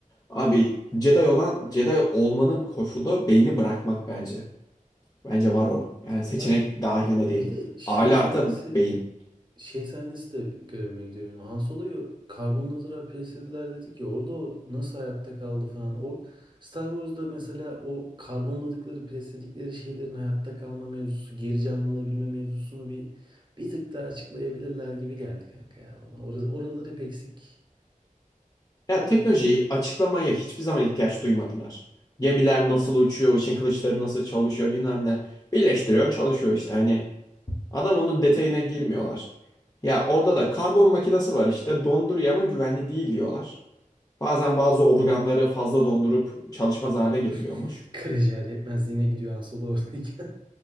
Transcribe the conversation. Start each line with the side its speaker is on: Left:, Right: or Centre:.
Left: Abi Jedi olan Jedi olmanın koşulu beyni bırakmak bence. Bence var o.
Right: <laughs>
Left: Yani seçenek
Right: Abi
Left: dahilinde değil.
Right: bir de şey
Left: Aile
Right: sahnesi
Left: artı beyin.
Right: şey sahnesi de görevime gidiyor. benim. Han Solo'yu karbonladılar, preslediler dedik ya orada o nasıl hayatta kaldı falan. O Star Wars'da mesela o karbonladıkları, presledikleri şeylerin hayatta kalma mevzusu, geri canlanabilme mevzusunu bir bir tık daha açıklayabilirler gibi geldi kanka ya bana. Orası, oralar hep eksik,
Left: Ya
Right: değil
Left: teknolojiyi
Right: mi?
Left: açıklamaya hiçbir zaman ihtiyaç duymadılar. Gemiler nasıl uçuyor, ışın kılıçları nasıl çalışıyor bilmem ne. Birleştiriyor çalışıyor işte hani. Adam onun detayına girmiyorlar. Ya orada da karbon makinesi var işte donduruyor ama güvenli değil diyorlar. Bazen bazı organları fazla dondurup çalışmaz hale getiriyormuş.
Right: <laughs> Karaciğer yetmezliğine gidiyor Han Solo oradayken.